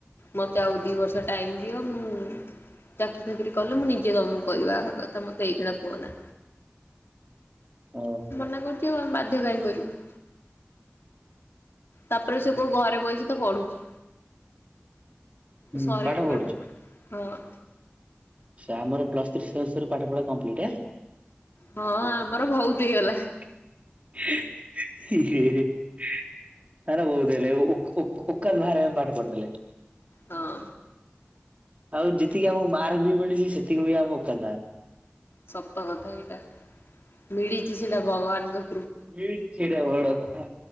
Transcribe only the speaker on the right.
ହଁ।
ହୁଁ
ପଢୁଛୁ
ଆମର ପ୍ଲସ୍ ଥ୍ରୀ ସରୁ ସରୁ ପାଠ ପଢା କମ୍ପ୍ଟଲିଟି ନାଁ।
<unintelligible> ନା ବହୁ ହେଇଲେ <unintelligible> ବାହାରେେ ପାଠ ପଢଦେଲେ।
ଆଉ ଯେତିକି ଆମକୁ ମାର୍କ ବି ମିଳିଛି ସେତିକି ବି ଆମ କ
ମିଳିଛି ଗୋଟେ ବଡ କଥା